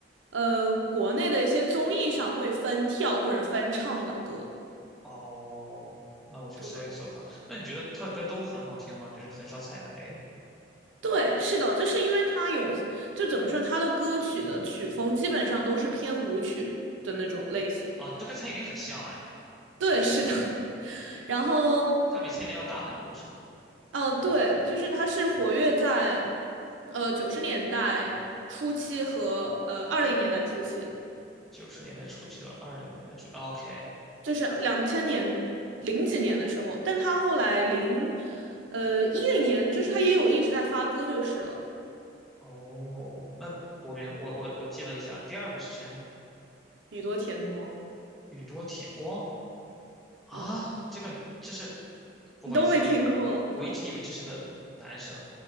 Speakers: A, on the right (about 85°); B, in the centre.
A: 呃，国内的一些综艺上会翻跳或者翻唱的歌。
B: 哦，那我去搜一搜她。
A: 对，对，
B: 那你觉得她的歌都很好听吗？就是很少踩雷
A: 对，是的，就是因为他有，就怎么说，他的歌曲的曲风基本上都是偏舞曲的那种类型。
B: 啊，都跟蔡依林很像哎。
A: 对，是的。<laughs> 然后，
B: 它比蔡依林要大很多，是吗？
A: 哦，对，就是他是活跃在，呃，九十年代初期和呃二零年代初期。
B: 九十年代初期和二零年代初期，OK，
A: 就是两千年零几年的时候，但他后来零呃一零年，就是他也有一直在发歌就是了。
B: 哦，那我明我我我记了一下，第二个是谁呢？
A: 宇多田光，
B: 宇多田光啊，
A: 嗯，
B: 这个这是不好意思，
A: 你都没听过。
B: 我以我一直以为这是个男生，